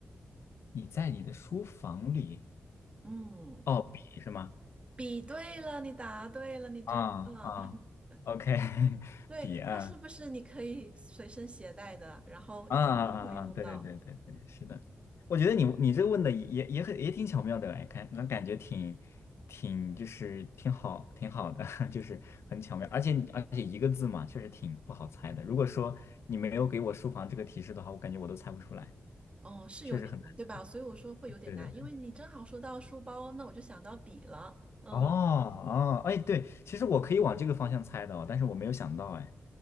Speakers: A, on the left; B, on the right.
A: 你在你的书房里，
B: 嗯，
A: 哦，笔是吗？
B: 比对了，你答对了，你真棒。
A: 啊啊，OK，
B: <laughs>
A: <laughs>
B: 对，
A: 笔啊
B: 它是不是你可以随身携带的，然后经常会用到？
A: 啊啊啊！啊对对对对对，是的。我觉得你你这问的也也也很也挺巧妙的哎，看那感觉挺挺就是挺好挺好的，<laughs> 就是很巧妙，而且而且一个字嘛，确实挺不好猜的。如果说你没有给我书房这个提示的话，我感觉我都猜不出来，
B: 哦，是有点难，
A: 确实很难。
B: 对吧？所以我说会有点难，
A: 对对。
B: 因为你正好说到书包，那我就想到笔了。嗯，
A: 哦哦，哎，对，其实我可以往这个方向猜的哦，但是我没有想到，哎，